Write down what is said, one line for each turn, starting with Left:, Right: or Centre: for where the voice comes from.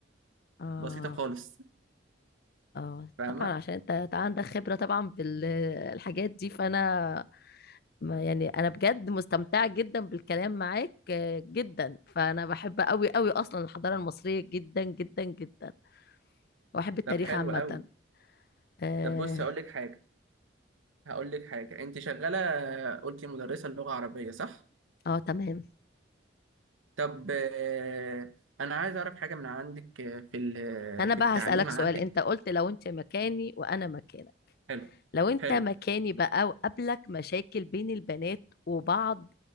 Left: اه
Right: بسيطة خالص
Left: اه
Right: فاهمة؟
Left: طبعا عشان انت أنت عندك خبرة طبعا بالحاجات دي فانا ما يعني انا بجد مستمتعة جدا بالكلام معاك آه، جدا فانا بحب قوي قوي اصلا الحضارة المصرية جدا جدا جدا واحب التاريخ
Right: طب حلو
Left: عامة
Right: قوي
Left: آه.
Right: طب بص هقول لك حاجة هقول لك حاجة أنت شغالة آه، قلتي مدرسة لغة عربية صح؟
Left: اه تمام
Right: طب آه، انا عايز اعرف حاجه من عندك آه، في ال- آه،
Left: انا
Right: في
Left: بقى
Right: التعليم
Left: هسألك
Right: عندك
Left: سؤال انت قلت لو انت مكاني وانا مكانك
Right: حلو
Left: لو انت
Right: حلو
Left: مكاني بقى وقابلك مشاكل بين البنات وبعض